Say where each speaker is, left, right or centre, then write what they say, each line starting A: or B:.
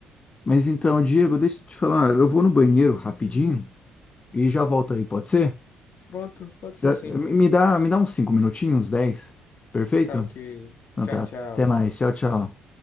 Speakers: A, on the left (about 25°); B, on the left (about 50°).
A: Mas então, Diego, deixa eu te falar, eu vou no banheiro rapidinho e já volto aí, pode ser?
B: pronto, pode ser
A: Já,
B: sim.
A: me me dá, me dá uns 5 minutinhos, 10. perfeito?
B: Tá ok.
A: Então
B: Tchau,
A: tá,
B: tchau.
A: até mais, tchau, tchau.